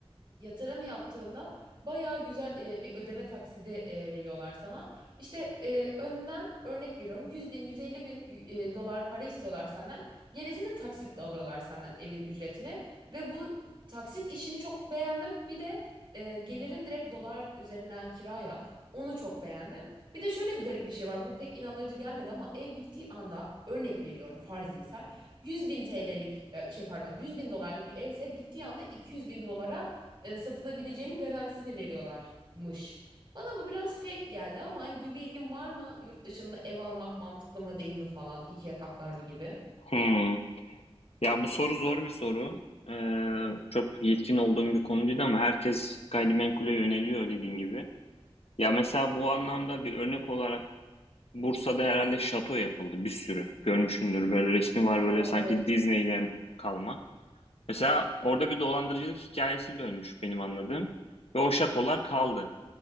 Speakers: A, on the right (about 40°); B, on the left (about 70°).
A: yatırım yaptığında bayağı güzel e, bir ödeme taksidi e, veriyorlar sana. İşte e, önden örnek veriyorum 100 bin 150 bin e, dolar para istiyorlar senden. Gerisini taksitle alıyorlar senden evin ücretini ve bu taksit işini çok beğendim. Bir de e, gelirin direkt dolar üzerinden kiraya onu çok beğendim. Bir de şöyle bir garip bir şey var. Bu pek inandırıcı gelmedi ama ev bittiği anda örnek veriyorum farzi misal 100 bin TL'lik e, şey pardon 100 bin dolarlık bir evse bittiği anda 200 bin dolara e, satılabileceğinin garantisini veriyorlarmış. Bana bu biraz fake geldi ama hani bir bilgin var mı? Yurt dışında ev almak mantıklı mı değil mi falan, ikiye katlar mı gibi?
B: Hmm. Ya bu soru zor bir soru. Ee, çok yetkin olduğum bir konu değil ama herkes gayrimenkule yöneliyor dediğin gibi. Ya mesela bu anlamda bir örnek olarak Bursa'da herhalde şato yapıldı bir sürü. Görmüşsündür böyle resmi var
A: Aa,
B: böyle sanki
A: evet.
B: Disney'den kalma. Mesela orada bir dolandırıcılık hikayesi dönmüş benim anladığım ve o şatolar kaldı.